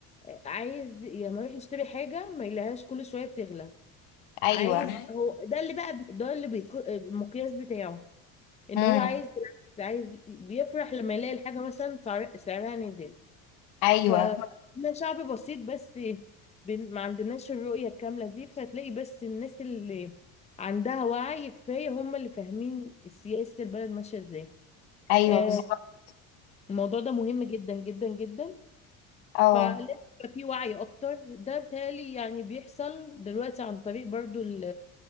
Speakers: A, on the left; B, on the left.
A: آه، عايز لما يروح يشتري حاجة ما يلاقيهاش كل شوية بتغلى
B: أيوة
A: عايز هو ده اللي بقى ده اللي بيكو آه، المقياس بتاعه ان
B: امم
A: هو عايز بالعكس، عايز بيفرح لما يلاقي الحاجة مثلا سعر- سعرها نزل
B: أيوة
A: فاحنا شعب بسيط بس بن- ما عندناش الرؤية الكاملة دي فتلاقي بس الناس اللي عندها وعي كفاية هم اللي فاهمين سياسة البلد ماشية ازاي
B: أيوة
A: آه،
B: بالظبط
A: الموضوع ده مهم جدا جدا جدا
B: اه
A: فلازم يبقى في وعي اكتر ده بتهيألي يعني بيحصل دلوقتي عن طريق برضو ال